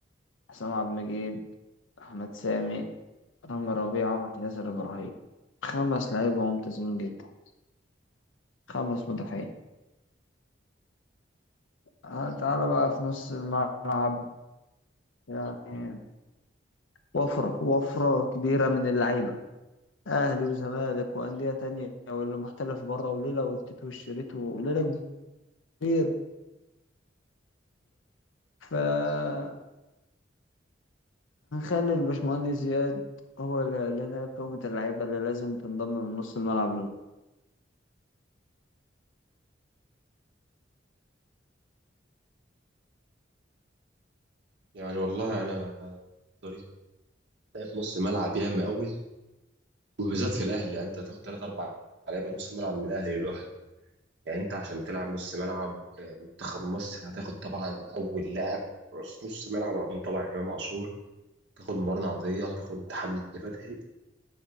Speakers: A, on the left; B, on the right.
A: حسام عبد المجيد أحمد سامي رامي ربيعة ياسر إبراهيم خمس لعيبة ممتازين جدا خمس مدافعين آه، تعالى بقى في نص الملعب يعني وفرة وفرة كبيرة من اللعيبة أهلي وزمالك وأندية تانية واللي محترف بره وليلة والتيت والشريط وليلة كبيرة فهنخلي الباشمهندس زياد هو اللي قال لنا قائمة اللعيبة اللي لازم تنضم من نص الملعب لنا
B: يعني والله انا طريق لعب نص ملعب ياما قوي وبالذات في الاهلي يعني انت هتاخد ثلاث اربع لعيبه نص ملعب من الاهلي لوحده يعني انت عشان تلعب نص ملعب آه، منتخب مصر هتاخد طبعا اول لاعب رأس نص ملعب هيكون طبعا امام عاشور تاخد مرن عطيه تاخد حمدي فتحي